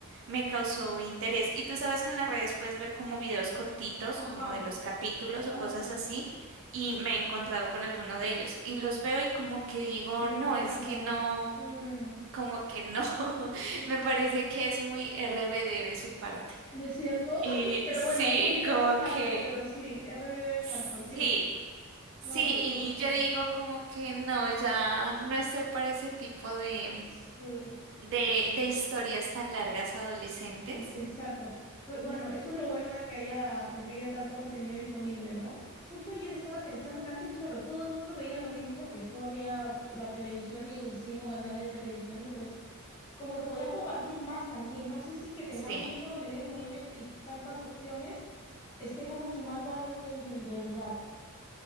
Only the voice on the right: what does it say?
me causó interés. Y tú sabes que en las redes puedes ver como videos cortitos,
como de los capítulos
o cosas así, y me he encontrado con alguno de ellos, y los veo y como que digo,
no,
es que no
como que no. <laughs>
Me
parece
que es muy RBD de su parte.
Y
sí,
como
que
sí,
sí,
y yo digo como que no, ya no estoy para ese tipo de,
de, de historias tan largas adolescentes.
Sí,